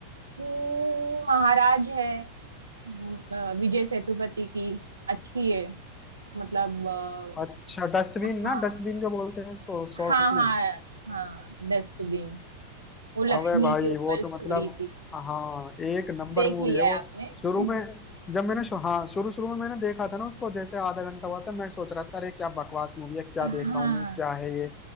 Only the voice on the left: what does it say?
अच्छा डस्टबिन
ना डस्टबिन जो बोलते हैं उसको शॉर्ट
में
अबे भाई
वो तो
मतलब
हाँ एक नंबर
मूवी
है वो
शुरू
में जब मैंने शु, हाँ शुरू शुरू में मैंने देखा था ना उसको जैसे आधा घंटा हुआ था मैं सोच रहा था अरे क्या बकवास मूवी है क्या
देख रहा हूँ मैं क्या है ये